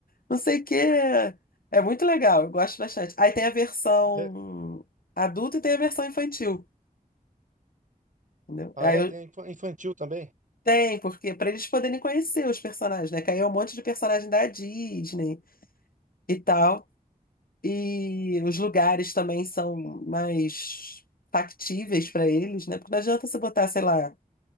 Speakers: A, on the left; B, on the right.
A: Não sei o quê. É muito legal, eu gosto bastante. Aí tem a versão
B: É,
A: adulta e tem a versão infantil, entendeu?
B: ah,
A: Aí
B: é,
A: eu
B: tem infa- infantil também.
A: tem, porque para eles poderem conhecer os personagens, né? Que aí é um monte de personagem da Disney e tal. E os lugares também são mais factíveis para eles, né? Porque não adianta você botar, sei lá.